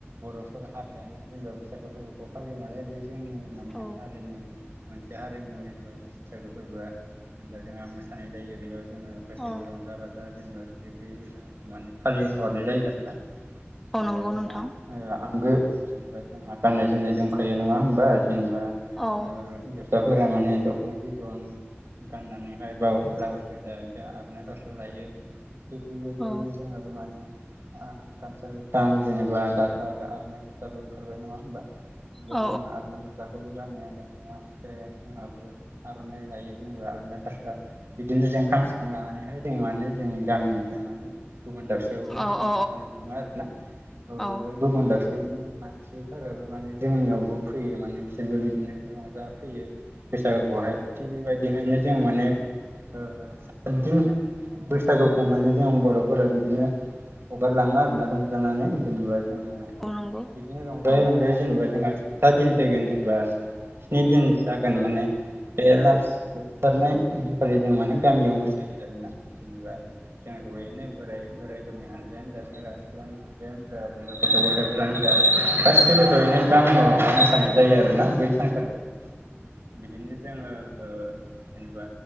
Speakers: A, on the right (about 75°); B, in the centre.
A: बर'फोर हारियानो जेनबा बैसागो फोरबोखौ फालियो नालाय बे जोंनि माने
B: औ
A: हारिनि मोनसे हारिमु जेनेबा बैसागु फोरबोआ। जेनेबा जोंहा मोसानाय जायो बेयाव जोङो गाैसैबो
B: औ
A: रंजा बाजा जेनेबा बे बैसागुखौ माने फालिहरनाय जायो आरोना? जेनेबा
B: औ नंगौ
A: जोंहा
B: नोंथां
A: ओ आंगो जेनेबा जोंहा गाननाय जोमनाय दं। खायो नङा होमबा जेनेबा
B: औ। औ
A: ओ हिन्जावसाफोरा माने दख'ना बिद'न गाननानैहाय बा ब्लाउस गोजा ओमफाय आर'नाय फास्रा लायो थिग बिबायदियैनो
B: औ
A: जोंहाबो माने आ गामसा गोतां जेनेबा दाथ' आरो आर'नाइ गस्लाबो ओंखारबाय नङा होमबा? बो
B: औ
A: जों आर'नाइ गस्लाखोबो गानो गाननाया ओमफ्राय जोंहाबो आर'नाइ लायो जोंबो आर'नाइ फास्रा। बिदिनो जों खाम सिफुं लानानैहाय जों माने जोंनि गामिनिफ्राय माने गुबुन दाबसेयावबो जोङो
B: औ
A: मोसानो थाङो आरोना
B: औ
A: आरो गुबुन दाबसेनि मानसिफोराबो माने जोंनियावबो फैयो माने बिसोरबो बि दिनो रंजा फैयो बैसागोखौहाय थिग बेबायदिहायनो जों माने सातदिन बैसागुखौ मानि जों बर'फोरा बिदिनो हगारलाङो आरोना रंजानानै जेनेबा जोङो
B: औ नंगौ
A: बिदिनो रंजायै
B: औ
A: रंजायै जेनेबा जोंहा जोबथा दिन फैगोन जेनेबा स्नि दिन जागोन माने। बे लास जोबथारनाय दिनखालि जों माने गामियाव मो सायो आरोना जेनेबा जों ज'यैनो बोराय बोराइफोरनि हानजायानो जा सेंग्रा थिगानो मोनजायानो जा जोंहा गथ' गाथाय जा गासिबो ज'यैनो गामियाव मोसानाय जायो आरोना बै सानखालि बिदिनो जोङो ओ जेनेबा